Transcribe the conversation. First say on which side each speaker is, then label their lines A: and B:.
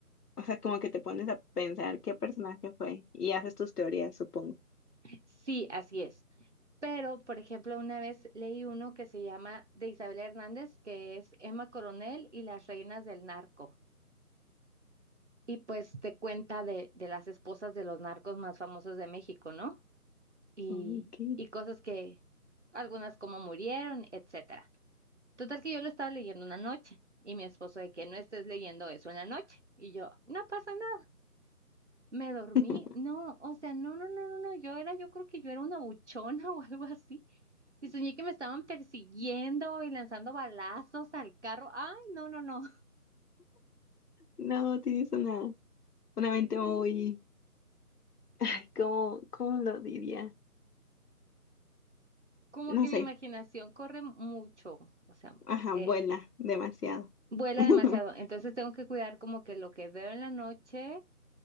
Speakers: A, on the left; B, on the right.
A: o sea, como que te pones a pensar qué personaje fue y haces tus teorías, supongo.
B: Sí, así es. Pero, por ejemplo, una vez leí uno que se llama de Isabel Hernández, que es Emma Coronel y las reinas del narco. y pues te cuenta de, de las esposas de los narcos más famosos de México, ¿no? Y,
A: Ok.
B: y cosas que, algunas como murieron, etcétera. Total que yo lo estaba leyendo una noche y mi esposo de que no estés leyendo eso en la noche. Y yo, no pasa nada. Me dormí,
A: <laughs>
B: no, o sea, no, no, no, no, no, yo era, yo creo que yo era una buchona <laughs> o algo así. Y soñé que me estaban persiguiendo y lanzando balazos al carro. Ay, no, no, no.
A: No, tienes una, una mente muy, ay, ¿cómo, cómo lo diría?
B: Como que
A: No
B: mi
A: sé,
B: imaginación corre mucho. O sea,
A: ajá,
B: eh,
A: vuela demasiado.
B: Vuela
A: <laughs>
B: demasiado, entonces tengo que cuidar como que lo que veo en la noche